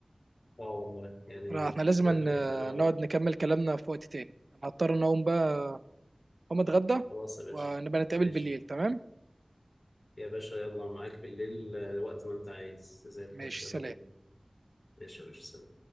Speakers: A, on the left (about 65°); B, on the right (about 70°).
A: اه والله يعني
B: لا، احنا لازم
A: فكرتني
B: ن-
A: بحاجات حلوه قوي
B: نقعد نكمل كلامنا في وقت تاني انا هضطر ان اقوم بقى اقوم اتغدى
A: خلاص يا باشا
B: ونبقى نتقابل
A: ماشي
B: بالليل تمام
A: يا باشا يلا معاك بالليل آه، وقت ما انت عايز زي الفل
B: ماشي
A: يلا
B: سلام
A: بينا ماشي يا باشا سلام